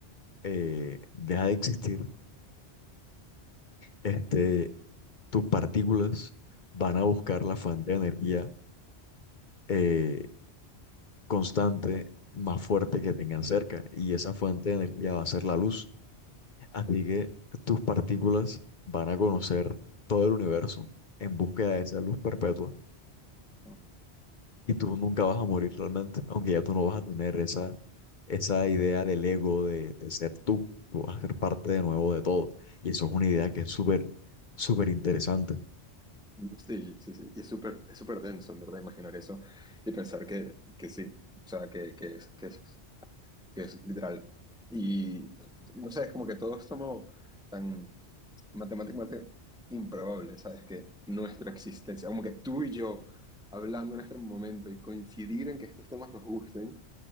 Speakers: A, on the left; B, in the centre.
A: eh, deja de existir, este tus partículas van a buscar la fuente de energía eh, constante más fuerte que tengan cerca y esa fuente de energía va a ser la luz. Así que tus partículas van a conocer todo el universo en búsqueda de esa luz perpetua
B: ¿no?
A: y tú nunca vas a morir realmente, aunque ya tú no vas a tener esa, esa idea del ego de, de ser tú. Tú vas a ser parte de nuevo de todo. Y eso es una idea que es súper, súper interesante.
B: Sí, sí, sí, y es súper, es súper denso, en verdad, imaginar eso y pensar que, que sí, o sea, que, que es, que es, que es literal. Y no sé, es como que todo es como tan... matemáticamente improbable, ¿sabes? Que nuestra existencia, como que tú y yo hablando en este momento y coincidir en que estos temas nos gusten,